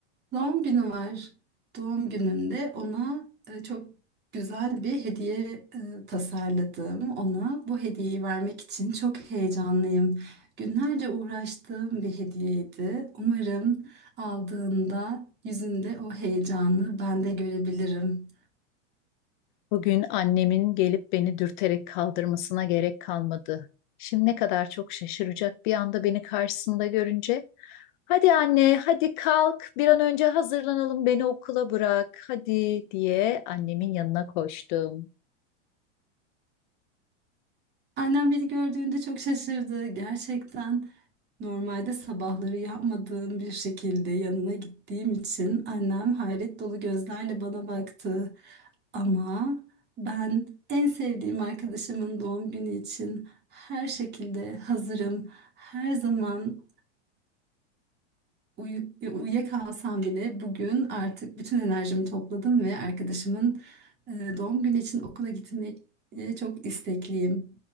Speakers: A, on the right; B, on the left.
A: doğum günü var. Doğum gününde ona e, çok güzel bir hediye e, tasarladım. Ona bu hediyeyi vermek için çok heyecanlıyım. Günlerce uğraştığım bir hediyeydi. Umarım aldığında yüzünde o heyecanı ben de görebilirim.
B: Bugün annemin gelip beni dürterek kaldırmasına gerek kalmadı. Şimdi ne kadar çok şaşıracak bir anda beni karşısında görünce. Hadi anne, hadi kalk, bir an önce hazırlanalım, beni okula bırak, hadi diye annemin yanına koştum.
A: Annem beni gördüğünde çok şaşırdı. Gerçekten normalde sabahları yapmadığım bir şekilde yanına gittiğim için annem hayret dolu gözlerle bana baktı. Ama ben en sevdiğim arkadaşımın doğum günü için her şekilde hazırım. Her zaman uyu uyuyakalsam bile bugün artık bütün enerjimi topladım ve arkadaşımın e, doğum günü için okula gitmeyi çok istekliyim.